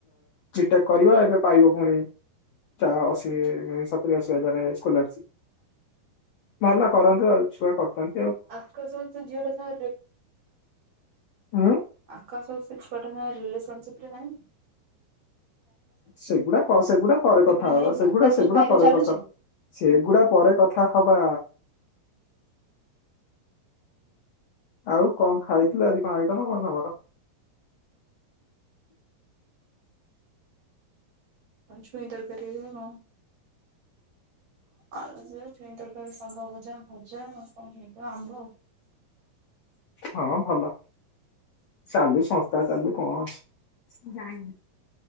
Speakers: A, on the left; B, on the right.
A: ିଟେକ୍ କରିବା ଏବେ ପାଇବ ପୁଣି ଅଶୀ ସତୁରରି ଅଶି ହଜାର ସ୍କଲାରସିପ୍ ନେଲା କରନ୍ତୁ ଆଉ ଛୁଆ କରନ୍ତୁ।
B: ଆଖ ସ ତ ଜିଡ ଚା
A: ହୁଁ।
B: ଆକାଶ ସେ ଛୁଆ ଟଙ୍କ ରିଲେସନହିଁ
A: ସେଗୁଡା ସେଗୁଡା ପରେ କଥା
B: ରେ
A: ହବା
B: ନାହିଁ
A: ସେଗୁଡା
B: ଆକାଶର
A: ସେଗୁଡା
B: ସାହିରେ
A: ପରେ
B: ଚାଲୁଛି
A: କଥା
B: ନା
A: ସେଗୁଡା ପରେ କଥା ହବା। ଆଉ କଣ ଖାଇଥିଲୁ ଆଜି? ଆଇଟମା କରନା ବର <unintelligible>
B: ଛୁଇ ତର ଘରେ କଣ? ଆଉନ୍ ଦରକାର ସାଙ୍ଗ ଭଜା ଭଜା କଣ ଆମ୍ବ
A: ହଁ ଭଲ ଚାଲୁ ସଂସ୍ାରେ ଚାଲୁ କଣ ଅଛି